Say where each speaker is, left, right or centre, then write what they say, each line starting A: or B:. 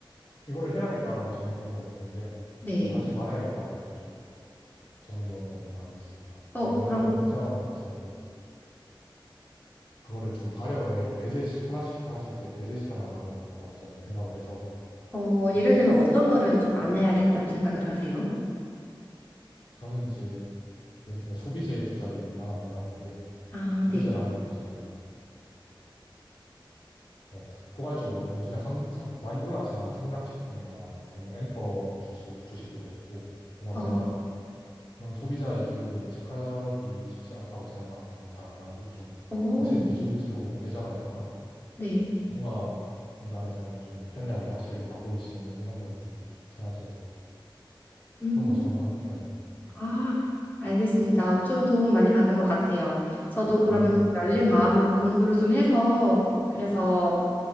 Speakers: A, on the left; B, on the left.
A: 이거를 해야겠다라고 정해놓은 건 없는데,
B: 네.
A: 이걸 하지 말아야겠다라고 좀 정해놓은 거는 많이 있습니다.
B: 어,
A: 예, 왜냐하면
B: 그럼,
A: 투자라는 것은 꼭 그거를 좀 가려내 배제시 하나씩 하나씩 이제 배제시켜 나가는 거라고 저는 생각을 해서
B: 어,
A: 뭐
B: 예를 들면 어떤 거를 좀 안 해야겠다고 생각을 하세요?
A: 저는 이제 예를 들면 소비재에 투자를 웬만하면 안 하는데
B: 아,
A: 소비재라
B: 네.
A: 하면 이제 뭐 어, 포괄적으로 뭐 요즘에 상, 참 많이 올랐지만 삼양식품이나 아니면 뭐 엔터 주소, 주식도 그렇고 뭔가
B: 어,
A: 제가 그런 소비자의 기호를 예측하기 쉽지 않다고 생각하는 거는 잘 안 하고 좀
B: 어,
A: 확실히 기술적으로 혜자가 있거나
B: 네.
A: 뭔가 인간의 삶을 좀 편리하게 확실하게 바꿔줄 수 있는 이런 거를 좀 찾아서
B: 음.
A: 그런 걸 선호하는 편이네요. 네.
B: 아, 알겠습니다. 좀 도움 많이 받은 것 같아요. 저도 그러면
A: 네, 오늘
B: 좀
A: 대화,
B: 열린 마음으로
A: 네.
B: 공부를 좀 해서 그래서